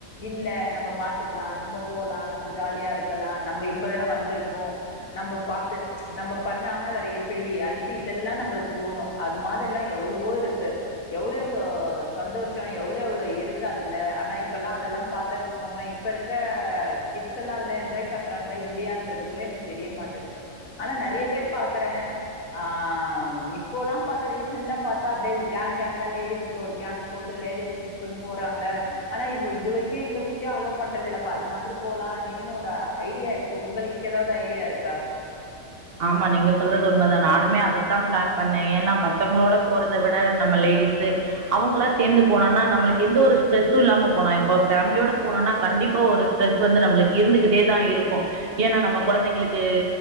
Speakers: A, on the left; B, on the right.
A: இல்ல நம்ம பாத்துக்கலா நம்ம போலா நம்ம ஜாலியா இருக்கலாம் நம்ம இப்பதானே வந்திருக்கோம் நம்ம பாத்து நம்ம ம்ச்ச பண்ணாம வேற எப்படி அண்ணிட்டு இதெல்லாம் நம்மளுக்கு தோணும் அது மாதிரல்லாம் எவ்ளவோ இருக்கு எவ்ளோ - எவ்ளோ சந்தோஷம் எவ்ளோ - எவ்ளோ ஸோ இருக்காதுல ஆனா இப்பெல்லாம் அதெல்லாம் பாத்தன் வச்சிக்கோங்களேன் இப்ப இருக்க கிட்ஸ் எல்லா அதெல்லாம் என்ஜாய் பன்றாங்களா இல்லையான்றது கூட எனக்கு தெரிய மாட்டங்குது ஆனா நிறைய பேர் பாக்குறேன் ஆஹ் இப்போல்லாம் பாத்தா ரீசென்டா பாத்தா கேங் கேங்கா லேடீஸ் ஒரு கேங் போட்டு லேடீஸ் ட்ரிப்னு போறாங்க ஆனா இ இது வரைக்கு எங்க வீட்லயும் அலோ பண்றதுல்லப்பா அது மாதிரி போலாம்னுட்டுன்னு ஒரு ஐடியா இருக்கு உங்களுக்கு ஏதாவது ஐடியா இருக்கா
B: ஆமா நீங்க சொல்றது உண்மைதா நானுமே அதைத்தா பிளான் பண்ணே ஏன்னா பசங்களோட போறத விட நம்ம லேடிஸ் அவங்களா சேர்ந்து போனம்னா நம்மளுக்கு எந்த ஒரு ஸ்ரெஸ்ஸும் இல்லாம போனா இப்போ பேமிலியோட போனோம்னா கண்டிப்பா ஒரு ஸ்ட்ரெஸ் வந்து நம்மளுக்கு இருந்துகிட்டே தா இருக்கு ஏன்னா நம்ம குழந்தைங்களுக்கு